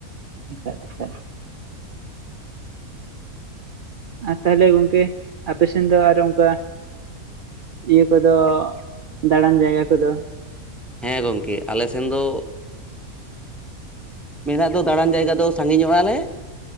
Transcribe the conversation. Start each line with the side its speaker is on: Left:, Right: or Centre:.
Right: ᱮᱴᱟᱜ ᱮᱴᱟᱜ ᱟᱨ ᱛᱟᱦᱚᱞᱮ ᱜᱚᱝᱠᱮ, ᱟᱯᱮ ᱥᱮᱱ ᱫᱚ ᱟᱨᱚ ᱚᱱᱠᱟ ᱤᱭᱟᱹ ᱠᱚᱫᱚ, ᱫᱟᱬᱟᱱ ᱡᱟᱭᱜᱟ ᱠᱚᱫᱚ
Centre: ᱦᱮᱸ ᱜᱚᱝᱠᱮ ᱟᱞᱮ ᱥᱮᱱ ᱫᱚ ᱢᱮᱱᱟᱜ ᱫᱚ ᱫᱟᱬᱟᱱ ᱡᱟᱭᱜᱟ ᱫᱚ ᱥᱟᱺᱜᱤᱧᱚᱜ ᱟᱞᱮ,